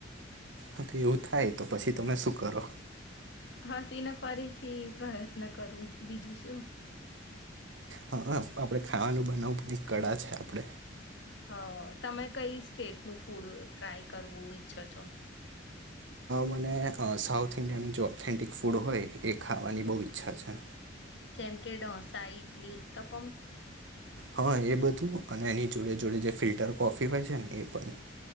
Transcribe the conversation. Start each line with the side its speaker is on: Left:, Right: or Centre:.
Right: હા તો એવું થાય તો પછી તમે શું કરો.
Left: હસી ને ફરીથી પ્રયત્ન કરું બીજું શું.
Right: હા આપડે ખાવાનું બનાવું પણ એક કળા છે આપડે
Left: હ તમે કઈ સ્ટેટનું ફૂડ ટ્રાય કરવું ઈચ્છો છો.
Right: મને સાઉથ ઇન્ડિયન જે ઓથેન્ટિક ફૂડ હોય એ ખાવાની બહુ ઈચ્છા છે.
Left: જેમ કે ડોસા ઇડલી ઉત્તપમ.
Right: હા એ બધું અને એની જોડે જોડે જે ફિલ્ટર કોફી હોય છે ને એ પણ.